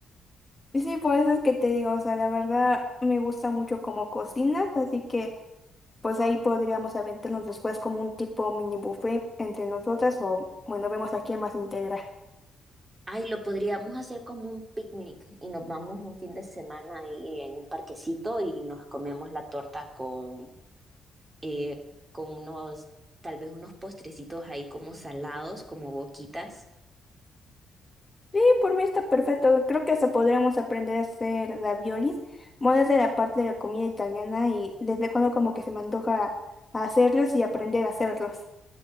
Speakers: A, on the left (about 15°); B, on the right (about 20°).
A: Y sí, por eso es que te digo, o sea, la verdad me gusta mucho cómo cocinas, así que pues ahí podríamos aventarnos después como un tipo mini buffet entre nosotras o bueno, vemos a quién más integra.
B: Ay, lo podríamos hacer como un picnic y nos vamos un fin de semana ahí en un parquecito y nos comemos la torta con, eh, con unos, tal vez unos postrecitos ahí como salados, como boquitas.
A: Sí, por mí está perfecto. Creo que hasta podríamos aprender a hacer raviolis. Bueno, es de la parte de la comida italiana y desde cuando como que se me antoja hacerlos y aprender a hacerlos.